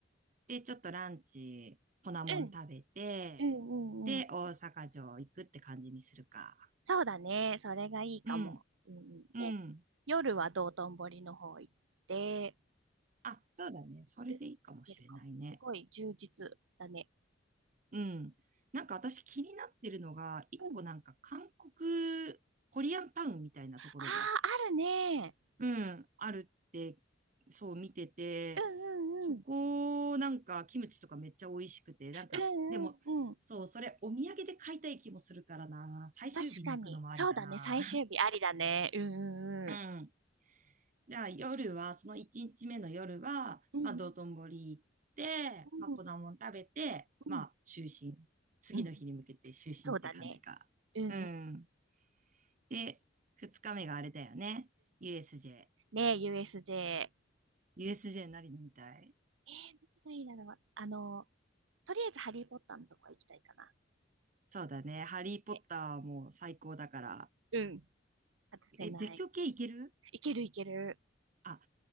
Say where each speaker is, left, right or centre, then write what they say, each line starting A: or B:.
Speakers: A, on the right; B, on the right.
A: で、ちょっとランチ、粉もん食べて、
B: うん、うん、うん、
A: で、
B: うん。
A: 大阪城行くって感じにするか。
B: そうだね。それがいいかも。
A: うん、
B: うんうん、
A: うん。
B: で、夜は道頓堀の方行って、
A: あ、そうだね。それでいいかもしれないね。
B: うん行けるかも。すごい充実だね。
A: うん。なんか私気になってるのが、一個なんか韓国、
B: うん。
A: コリアンタウンみたいなところが
B: ああ、あるね。
A: うん、あるって、そう見てて、
B: うんうんうん。
A: そこ、なんか、キムチとかめっちゃ美味しくて、なんか、
B: うんうんうん。
A: でも、そう、それ、お土産で買いたい気もするからな。最終日に行くのもありだな。
B: 確かに。そうだね。最終日ありだね。うんうんうん。
A: <laughs> うん。じゃあ、夜は、その1日目の夜は、
B: うん
A: まあ、道頓堀行って、
B: うん
A: まあ、粉もん食べて、
B: うん。
A: まあ、就寝。次の日に向けて就寝って感じか。
B: うんうんそうだね。うんうん
A: うん。で、2日目があれだよね。USJ。
B: ねえ、USJ。
A: USJ 何飲みたい
B: えー、何がいいだろう。あの、とりあえずハリーポッターのとこ行きたいかな。
A: そうだね。ハリーポッターはもう最高だから。
B: ねうん。外せない。
A: え、絶叫系いける
B: いけるいける。
A: あ、